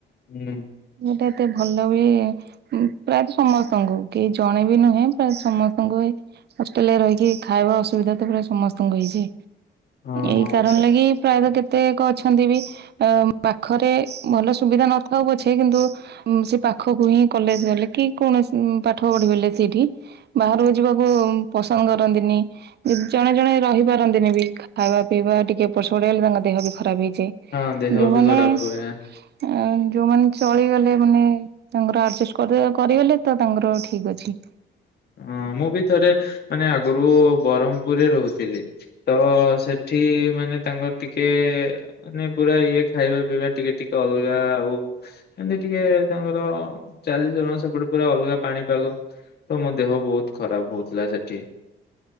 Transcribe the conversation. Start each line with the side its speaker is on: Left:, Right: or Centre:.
Left: ହୁଁ।
Right: ମୁଁ ତ ଏତେ ଭଲ ହୁଏ। ଉଁ ପ୍ରାୟତଃ ସମସ୍ତଙ୍କୁ କେହି ଜଣେ ବି ନୁହେଁ ପ୍ରାୟତ ସମସ୍ତଙ୍କୁ ଏଇ ହଷ୍ଟେଲରେ ରହିକି ଖାଇବା ଅସୁବିଧା ତ ପ୍ରାୟ ସମସ୍ତଙ୍କୁ ହେଇଚି
Left: ହଁ
Right: ଏଇ କାରଣ
Left: ସେ
Right: ଲାଗି ପ୍ରାୟତଃ କେ ତେକ ଅଛନ୍ତି ବି ଅ ଉଁ ପାଖରେ ଭଲ ସୁବିଧା ନ ଥାଉ ପଛେ କିନ୍ତୁ ଉଁ ସେଇ ପାଖକୁ ହିଁ କଲେଜ ଗଲେ କି କୌଣସି ଉଁ ପାଠ ପଢି ବୋଇଲେ ସେଇଠି ବାହାରକୁ ଯିବାକୁ ଉଁ ପସନ୍ଦ କରନ୍ତିନି। ଏ ଜଣେ ଜଣେ ରହିପାରନ୍ତିନି ବି ଖା-ଖାଇବା ପିଇବା ଟିକେ ଏପଟ୍ ସେପଟ୍ ହେଲେ ତାଙ୍କ ଦେହ ବି ଖରାପ ହେଇଚି।
Left: ହଁ ଦେହ
Right: ଯୋଉମାନେ
Left: ବି ଖରାପ
Right: ଅ
Left: ହୁଏ
Right: ଯୋଉମାନେ ଚଳିଗଲେ ମାନେ ତାଙ୍କର ଆର୍ଜେଷ୍ଟ କରିଦେ କରିଗଲେ ତ ତାଙ୍କର ଠିକ୍ ଅଛି।
Left: ହଁ ମୁଁ ବି ଥରେ ମାନେ ଆଗରୁ ବରହମପୁରରେ ରହୁଥିଲି। ତ ସେଠି ମାନେ ତାଙ୍କର ଟିକେ ମାନେ ପୁରା ଇଏ ଖାଇବା ପିଇବା ଟିକେ ଟିକେ ଅଲଗା ଆଉ ଏମତି ଟିକେ ତାଙ୍କର ଚାଲିଚଳଣ ସେପଟେ ପୁରା ଅଲଗା ପାଣିପାଗ। ତ ମୋ ଦେହ ବହୁତ ଖରାପ ହଉଥିଲା ସେଠି।